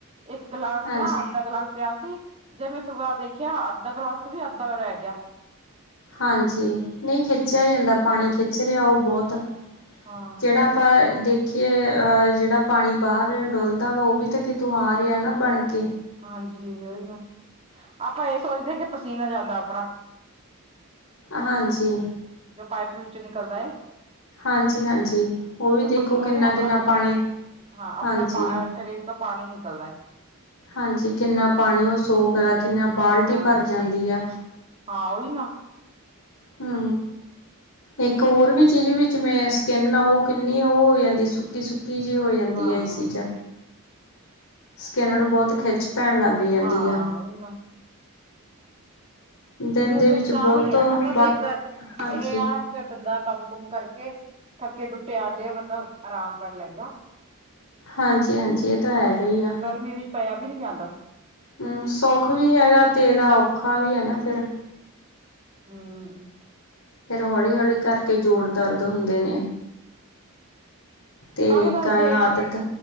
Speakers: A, on the right; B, on the left.
A: ਇੱਕ ਗਿਲਾਸ
B: ਹਾਂਜੀ
A: ਨਾ, ਅੱਧਾ ਗਿਲਾਸ ਪਿਆ ਸੀ ਜਦ ਮੈਂ ਸੁਬਾਹ ਦੇਖਿਆ ਅੱਧਾ ਗਲਾਸ ਤੋਂ ਵੀ ਅੱਧਾ ਕ ਰਹਿ ਗਿਆ।
B: ਹਾਂਜੀ ਨਈ ਖਿੱਚਿਆ
A: ਹਮ
B: ਜਾਂਦਾ ਪਾਣੀ, ਖਿੱਚ ਰਿਆ ਔ ਬੋਤ।
A: ਹਾਂ
B: ਜੜਾ ਆਪਾਂ ਦੇਖ ਖੇ ਅ ਜੇੜਾ ਪਾਣੀ ਬਾਹਰ ਡੁਲਦਾ ਵਾ ਔਵੀ ਤਾਂ ਕਿਤੋਂ ਆ ਰਿਆ ਨਾ ਬਣ ਕੇ।
A: ਹਾਂਜੀ ਔਈਔ, ਆਪਾਂ ਏ ਸੋਚਦੇ ਕਿ ਪਸੀਨਾ ਜਾਂਦਾ ਆਪਣਾ।
B: ਹਾਂਜੀ।
A: ਜੋ ਪਾਈਪ ਵਿੱਚੋਂ ਨਿਕਲਦਾ ਏ
B: ਹਾਂਜੀ ਹਾਂਜੀ ਉਹ ਵੀ
A: ਔ
B: ਦੇਖੋ
A: ਪਸੀਨਾ
B: ਕਿੰਨਾ
A: ਵੀ ਅਪਣਾ
B: ਕਿੰਨਾ ਪਾਣੀ
A: ਹਾਂ, ਅਪਣਾ
B: ਹਾਂਜੀ
A: ਪਾ ਅ ਸ਼ਰੀਰ ਤਾਂ ਪਾਣੀ ਨਿਕਲਦੈ।
B: ਹਾਂਜੀ ਕਿੰਨਾ ਪਾਣੀ ਔ ਸੋਖਦੈ, ਕਿੰਨਾ ਬਾਲਟੀ
A: ਹਾਂ
B: ਭਰ ਜਾਂਦੀ ਆ।
A: ਹਾਂ ਔਈ ਨਾ।
B: ਹੂੰ। ਇੱਕ ਹੋਰ ਵੀ ਚੀਜ਼ ਵੀ ਜਿਵੇਂ ਸਕਿੰਨ ਆ ਔ ਕਿੰਨੀ ਔ ਹੋ ਜਾਂਦੀ ਸੁੱਕੀ- ਸੁੱਕ ਕੀ ਜੇ ਹੋ ਜਾਂਦੀ
A: ਹਾਂ
B: ਏ ਏਸੀ 'ਚ
A: ਉਹੀ ਨਾ
B: ਸਕੇਨ ਨੂੰ ਬੋਤ ਖਿੱਚ ਪੈਣ ਲੱਗ ਜਾਂਦੀ
A: ਹਾਂ
B: ਆ।
A: ਔਈ ਨਾ।
B: ਦਿਨ
A: ਫੇਰ
B: ਦੇ
A: ਨੁਕਸਾਨ
B: ਵਿੱਚ ਬਹੁਤ
A: ਈ ਐ ਨਾ ਬਸ
B: ਵਾ
A: ਇੱਕ
B: ਹਾਂਜੀ।
A: ਏ ਆ ਫੇਰ ਬੰਦਾ ਕੰਮ-ਕੁਮ ਕਰਕੇ ਥੱਕੇ ਟੁੱਟੇ ਆਂਦਿਆਂ ਬੰਦਾ ਆਰਾਮ ਕਰ ਲੈਂਦਾ।
B: ਹਾਂਜੀ-ਹਾਂਜੀ ਏ ਤਾਂ ਹੈਗਾ ਈ ਆ।
A: ਗਰਮੀ ਵਿੱਚ ਪਾਇਆ ਵੀ ਨੀ ਜਾਂਦਾ।
B: ਹੂੰ ਸੌਖ ਵੀ ਹੈਗਾ ਤੇ ਏਦਾ ਔਖਾ ਵੀ ਐ ਨਾ ਫੇਰ।
A: ਹੂੰ।
B: ਫੇਰ ਹੌਲੀ-ਹੌਲੀ ਕਰਕੇ ਜੋੜ ਦਰਦ ਹੁੰਦੇ ਨੇ। ਤੇ
A: ਸਾਰੇ
B: ਇੱਕ
A: ਕਰ
B: ਐ
A: ਜੇ
B: ਆਦਤ